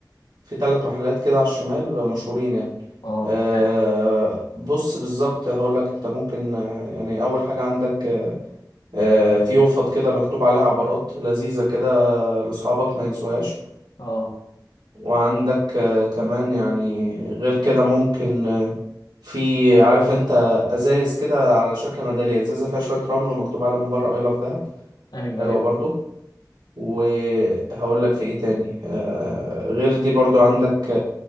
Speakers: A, on the right (about 90°); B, on the left (about 70°).
A: في ثلاث محلات كده على الشمال مشهورين يعني
B: اه
A: أه
B: يعني
A: بص بالظبط هقولك انت ممكن آه، يعني أول حاجة عندك آه، في يوفط كده مكتوب عليها عبارات لذيذة كده لأصحابك ما ينسوهاش
B: اه
A: وعندك آه، كمان يعني غير كده ممكن آه، في عارف انت ازايز كده على شكل ميدالية ازازة فيها شوية رمل ومكتوب عليها من بره اي لاف دهب
B: ايوه
A: حلوة
B: ايوه
A: برضو وهقول لك في ايه تاني آه، غير دي برضو عندك